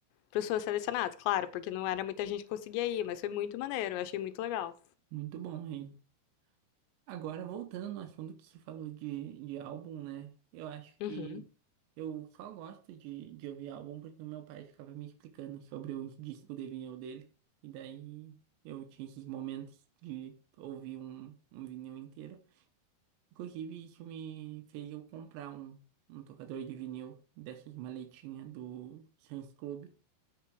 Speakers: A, on the left (about 90°); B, on the right (about 85°).
A: Pros fãs selecionados, claro, porque não era muita gente que conseguia ir, mas foi muito maneiro, eu achei muito legal.
B: Muito bom, hein? Agora, voltando ao assunto que você falou de, de álbum, né? Eu acho que
A: Uhum.
B: eu só gosto de, de ouvir álbum porque o meu pai ficava me explicando sobre os discos de vinil dele. E daí eu tinha esses momentos de ouvir um, um vinil inteiro. Inclusive, isso me fez eu comprar um, um tocador de vinil dessas maletinhas do Sam's Club.